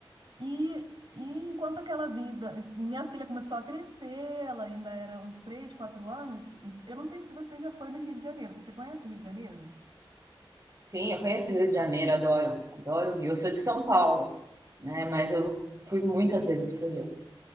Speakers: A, on the right; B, on the right.
A: e, e enquanto aquela vida, minha filha começou a crescer, ela ainda era uns 3, 4 anos. E eu não sei se você já foi no Rio de Janeiro. Você conhece o Rio de Janeiro?
B: Sim, eu conheço o Rio de Janeiro, adoro, adoro o Rio. Eu sou de São Paulo, né? Mas eu fui muitas vezes para o Rio.